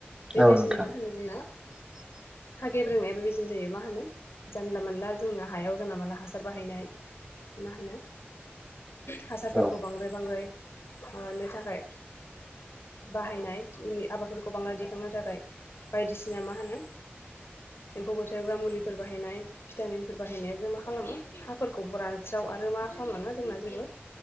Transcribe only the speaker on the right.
औ नोंथां
<unintelligible>
औ